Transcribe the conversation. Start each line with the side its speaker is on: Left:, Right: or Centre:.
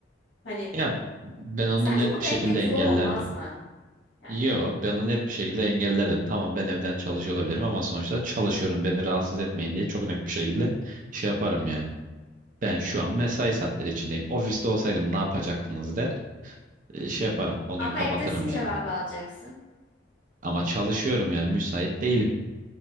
Left: Hani
Right: Ya ben onu
Left: sence
Right: net
Left: bu
Right: bir
Left: denge
Right: şekilde engellerdim.
Left: zor olmaz mı? Yani
Right: Yo, ben onu net bir şekilde engellerdim. Tamam ben evden çalışıyor olabilirim ama sonuçta çalışıyorum. Beni rahatsız etmeyin diye çok net bir şekilde şey yaparım yani. Ben şu an mesai saatleri içindeyim. Ofiste olsaydım ne yapacaktınız der. E, Şey yaparım konuyu
Left: ama
Right: kapatırım
Left: evdesin cevabı
Right: yani.
Left: alacaksın.
Right: Ama çalışıyorum yani müsait değilim.